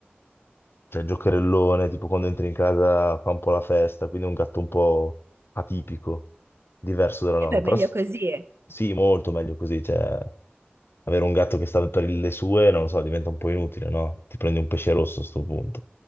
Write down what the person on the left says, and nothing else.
cioè giocherellone, tipo quando entri in casa fa un po' la festa, quindi è un gatto un po' atipico, diverso dalla
norma.
Però
s-
sì, molto meglio così, cioè avere un gatto che sta per le sue, non lo so, diventa un po' inutile, no? Ti prendi un pesce rosso a sto punto.